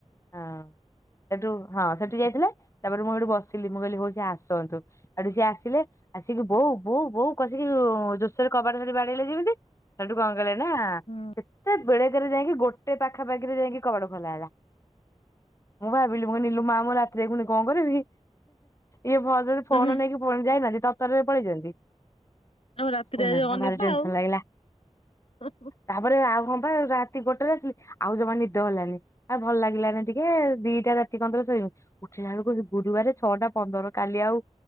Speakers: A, on the left (about 25°); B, on the left (about 55°).
A: ହଁ ସେଠୁ ହଁ ସେଠୁ ଯାଇଥିଲେ ତାପରେ ମୁଁ ହେଠୁ ବସିଲି ମୁଁ କହିଲି ହଉ ସେ ଆସନ୍ତୁ ହେଠୁ ସିଏ ଆସିଲେ ଆସିକି ବୋଉ ବୋଉ ବୋଉ କସିକି ଜୋସରେ କବାଟ ସେଠି ବାଡେଇଲେ ଯେମିତି ସେଠୁ କଣ କଲେ ନା
B: ହଁ।
A: କେତେ ବେଳେକରେ ଯାଇକି ଗୋଟେ ପାଖାପାଖିରେ ଯାଇକି କବାଟ ଖୋଲା ହେଲା ମୁଁ ଭାବିଲି ମିଲୁ ମା ମୋ ରାତିରେ ପୁଣି କଣ କରିବି ଇଏ ଭଜରେ
B: ତମେ
A: ଫୋନ ନେଇକି ଫୁଣି ଯାଇନାହାନ୍ତି ତରତରରେ ପଳେଇ ଚନ୍ତି।
B: ଆମେ ରାତିରେ
A: କନା
B: ଆଜି
A: କନା
B: ଅନିଦ୍ରା
A: ଭାରି ଟେନସନ
B: ଆଉ।
A: ଲାଗିଲା?
B: ହଁ
A: ତାପରେ ଆଉ ହଁ ପା ରାତି ଗୋଟେରେ ଆସିଲି ଆଉ ଜମା ନିଦ ହେଲାନି ଆଉ ଭଲ ଲାଗିଲାନି ଟିକେ ଦିଟା ରାତି କନ୍ଦରେ ଶୋଇ ଉଠିଲା ବେଳକୁ ଗୁରୁବାରେ ଛଅଟା ପନ୍ଦର କାଲି ଆଉ